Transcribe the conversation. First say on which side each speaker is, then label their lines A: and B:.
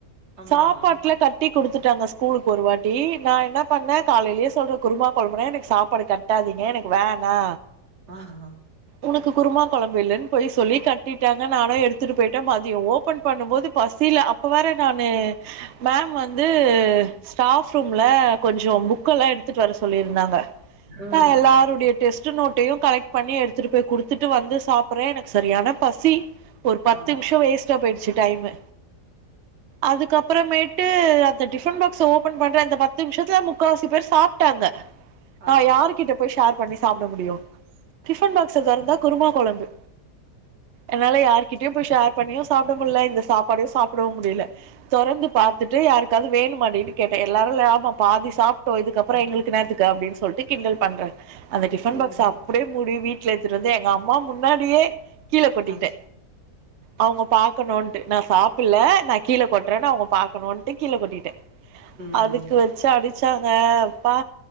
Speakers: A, on the right; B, on the right.
A: ஆமாமா
B: சாப்பாட்டுல கட் ட்டி குடுத்துட்டாங்க ஸ்கூலுக்கு ஒரு வாட்டி நா என்ன பண்ண காலைலே சொல்ற குருமா கொழம்புனா எனக் சாப்பாடு கட்டாதீங்க எனக்கு வேணா
A: அ ஆ
B: உனக்கு குருமா கொழம்பு இல்லன் பொய் சொல்லி கட்டிட்டாங்க நானு எடுத்துட்டு போயிட்ட மதியோ ஓபன் பண்ணும்போது பசில அப் ப்ப வேற நானு மேம் வந்து ஸ்டாஃப் ரூம்ல கொஞ்சொ புக்கலா எடுத்துட்டு வர சொல்லிருந்தாங்க
A: ம்
B: தா எல்லாருடய டெஸ்ட் நோட்டையு கலெக்ட் பண்ணி எடுத்துட்டு போய் குடுத்துட்டு வந்து சாப்புறே எனக்கு சரியானா பசி ஒரு பத்து
A: ஆ
B: மிஷோ வேஸ்டா போயிடுச்சு டைமு அதுக்கப்பறமேட்டு ந்த டிபன் பாக்ஸ ஓபன் பண்ற இந்த பத்து மிஷத்துல முக்காவசி பேர் சாப்டாங்க நா
A: ஆ
B: யாரு கிட்டப் போய் ஷேர் பண்ணி சாப்ட முடியு டிபன் பாக்ஸ தெறந்தா குருமா கொழம்பு என்னால யாருகிட்டயு போய் ஷேர் பண்ணியு சாப்ட முல்ல இந்த சாப்பாடையு சாப்பிடவு முடியல தொறந்து பாத்துட்டு யாருக்காவது வேணுமாடினு கேட்ட எல்லாரு ஆமா பாதி சாப்டோ இதுக்கப் அப்ற எங்களுக்கு என்னாத்துக்கு அப்டின் சொல்ட்டு கிண்டல் பண்ற அந்த டிஃபன்
A: ம்
B: பாக்ஸ அப்டியே மூடி வீட்ல எடுத்துட்டு வந்து எங்க அம்மா முன்னாடியே கீழ கொட்டிட்ட
A: ஆ
B: அவங்க பாக்கணுன்ட்டு நா சாப்பில நா கீழ கொட்றனு அவங்க பாக் ணுன்ட்டு கீழ கொட்டிட்ட
A: ம்
B: அதுக்கு வச்சு அடிச்சாங்க ப்பா